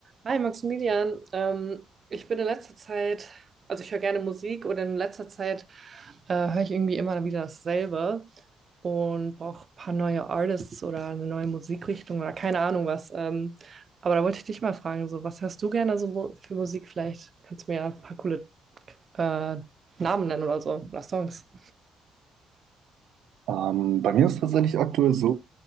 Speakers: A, on the right; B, on the right.
A: Hi Maximilian, ähm, ich bin in letzter Zeit, also ich höre gerne Musik und in letzter Zeit äh, höre ich irgendwie immer wieder dasselbe und brauche ein paar neue Artists oder eine neue Musikrichtung oder keine Ahnung was. Ähm, aber da wollte ich dich mal fragen, so was hörst du gerne so mu- für Musik? Vielleicht kannst du mir ja ein paar coole äh, Namen nennen oder so oder Songs.
B: Ähm, bei mir ist es tatsächlich aktuell so,